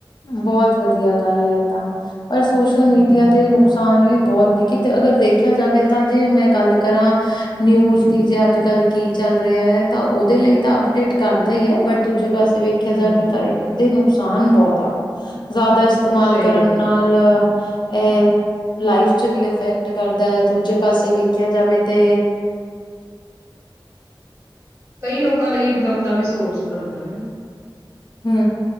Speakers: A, on the left; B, on the right.
A: ਬਹੁਤ ਵਧੀਆ। ਗੱਲ ਹੈ ਤਾਂ ਪਰ ਸੋਸ਼ਲ ਮੀਡੀਆ
B: ਹੂੰ
A: ਦੇ ਨੁਕਸਾਨ ਵੀ ਬਹੁਤ ਨਹੀਂ ਕਿਤੇ ਅਗਰ ਦੇਖਿਆ ਜਾਵੇ ਤਾਂ ਜੇ ਮੈਂ ਗੱਲ ਕਰਾਂ ਨਿਊਜ ਦੀ ਜੇ ਅੱਜ ਕੱਲ ਕੀ ਚੱਲ ਰਿਹਾ ਹੈ ਤਾਂ ਉਹਦੇ ਲਈ ਤਾਂ ਅਪਡੇਟ ਕਰਦਾ ਹੀ ਹੈ, ਬਟ ਦੂਜੇ ਪਾਸੇ ਤੇ ਵੇਖਿਆ
B: ਹੂੰ
A: ਜਾਵੇ ਤਾਂ ਇੱਕ ਤੇ ਨੁਕਸਾਨ ਬਹੁਤ ਨੇ। <unintelligible> ਜ਼ਿਆਦਾ ਇਸਤੇਮਾਲ
B: ਸਹੀ
A: ਕਰਨ
B: ਗੱਲ
A: ਨਾਲ
B: ਆ
A: ਏ ਲਾਈਫ ਚ ਵੀ ਇਫੈਕਟ ਕਰਦਾ ਹੈ, ਦੂਜੇ ਪਾਸੇ ਵੇਖਿਆ ਜਾਵੇ ਤੇ
B: ਕਈ ਲੋਕ ਲੋਕਾਂ ਲਈ ਇਨਕਮ ਦਾ ਵੀ ਸੋਰਸ ਬਣਦਾ ਨਾ।
A: ਹੂੰ।